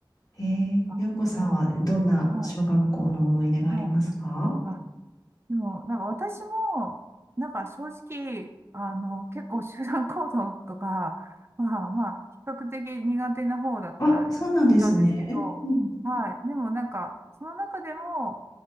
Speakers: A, on the left; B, on the right.
A: えー、
B: ーあ、
A: 洋子さんはどんな小学校の思い出がありますか
B: うはい、はい。あ、でも、なんか私も、なんか正直、あの、結構集団行動とか、まあまあ、比較的苦手な方だったりしたんですけど、
A: あ、そうなんですね。うん。
B: はい。でもなんか、その中でも、